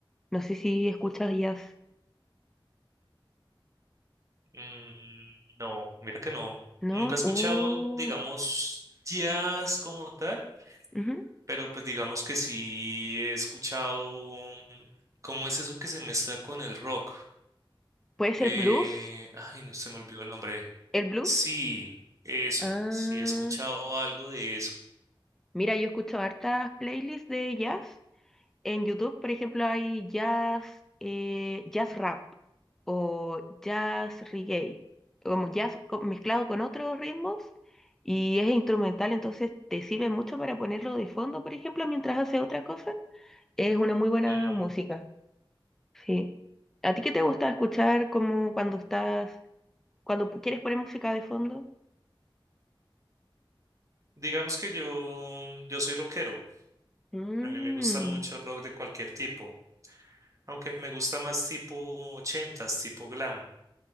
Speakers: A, in the centre; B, on the right (about 35°).
A: No sé si escuchas jazz,
B: Mm, no, mira que no,
A: ¿no?
B: nunca he escuchado,
A: Uh,
B: digamos, jazz como tal,
A: ujú.
B: pero pues digamos que sí he escuchado, um, ¿cómo es eso que se mezcla con el rock?
A: ¿Puede ser
B: Eh,
A: blues?
B: ay, no se me olvidó el nombre.
A: ¿El blues?
B: Sí, eso,
A: Ah,
B: sí he escuchado algo de eso.
A: mira, yo escucho hartas playlists de jazz. En YouTube, por ejemplo, hay jazz, eh, jazz rap o jazz reggae, como jazz co- mezclado con otros ritmos y es instrumental, entonces te sirve mucho para ponerlo de fondo, por ejemplo, mientras haces otra cosa. Es una muy buena
B: Mm,
A: música, sí. ¿A ti qué te gusta escuchar como cuando estás, cuando quieres poner música de fondo?
B: Digamos que yo, yo soy rockero.
A: Mm,
B: A mí me gusta mucho el rock de cualquier tipo. Aunque me gusta más tipo ochentas, tipo glam.